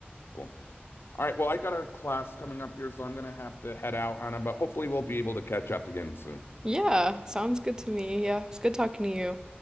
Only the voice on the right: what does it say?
Yeah. Sounds good to me. Yeah. It's good talking to you.